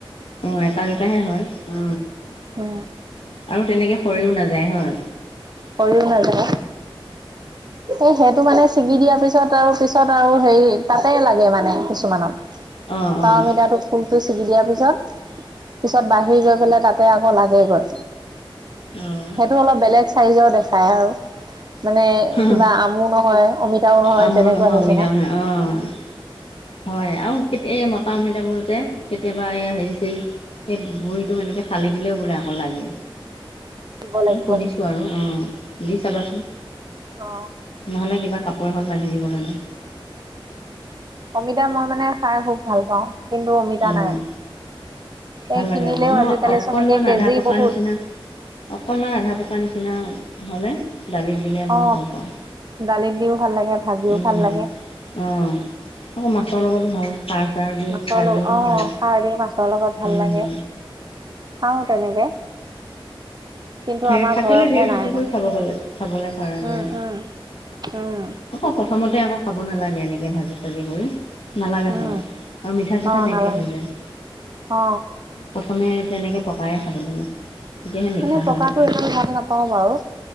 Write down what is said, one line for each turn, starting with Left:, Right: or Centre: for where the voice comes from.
Left: অ', এটা, দুটাহে হয়, অ'।
Right: উম
Left: আৰু তেনেকে সৰিও নাযায় হয়।
Right: সৰিও নেযায়। এ, সেটো মানে ছিগি দিয়াৰ পিছত আৰু পিছত আৰু হেৰি তাতে লাগে মানে কিছুমানত।
Left: অঁ
Right: বা
Left: অঁ
Right: অমিতাটো ফুলটো ছিগি দিয়াৰ পিছত, পিছত বাঢ়ি গৈ পেলাই তাত তাতে আকৌ লাগেগৈ,
Left: অঁ
Right: সেইটো অলপ বেলেগ চাইজৰ দেখায় আৰু। মানে
Left: অঁ
Right: কিবা আমো নহয়, অমিতাও নহয়
Left: আমু
Right: তেনেকুৱা নিচিনা।
Left: অমিতা নহয় অ', হয় আৰু কেতিয়া এই মতা অমিতাবোৰ যে কেতিয়াবা এয়া হেৰি চেৰি সেই গুড়িটো এনেকে ফালি দিলেও বোলে আকৌ লাগে।
Right: দিব
Left: মই
Right: লাগিব
Left: শুনিছোঁ আৰু অ', দি চাবাচোন।
Right: অ
Left: নহ'লে কিবা কাপোৰ এখন বান্ধি দিব লাগে।
Right: অমিতা মই মানে খাই খুব ভাল পাওঁ কিন্তু অমিতা
Left: অ',
Right: নাই।
Left: ভাল
Right: এই কিনিলেও
Left: লাগে আকৌ, মই
Right: আজিকালি
Left: অকনমান
Right: চোন একে কেজি
Left: আধা পকা
Right: বহুত
Left: নিচিনা অকণমান আধা পকাৰ নিচিনা হ'লে দালিত দিলে মই
Right: অ
Left: ভাল পাওঁ।
Right: দালিত দিও ভাল লাগে ভাজিও
Left: উম,
Right: ভাল লাগে
Left: অ', আকৌ মাছৰ লগটো ভাল। খাৰ চাৰ দি
Right: মাছৰ
Left: খালেও
Right: লগত অ',
Left: ভাল
Right: খাৰ দি মাছৰ লগত ভাল
Left: উম,
Right: লাগে, খাওঁ তেনেকে। কিন্তু
Left: ঢেৰ
Right: আমাৰ
Left: থাকিলে,
Right: ঘৰতহে
Left: ঢেৰ জুতি
Right: নাই
Left: কৰি
Right: মানে
Left: খাব পে-খাবলৈ পাৰা
Right: উম
Left: যায়।
Right: উম উম
Left: আকৌ প্ৰথমতে আকৌ খাব নালাগে এনেকে ভাজি চাজি কৰি। নালাগা
Right: উম
Left: হয় আৰু মিঠা চিঠা
Right: অ
Left: নাইকিয়া
Right: নালাগে
Left: হৈ যায়,
Right: অ
Left: প্ৰথমে তেনেকৈ প্ৰকাৰে খাব লাগে, তেতিয়াহে মিঠা
Right: এনে পকাটো
Left: হৈ থাকে
Right: একো ভাল নাপাওঁ বাৰু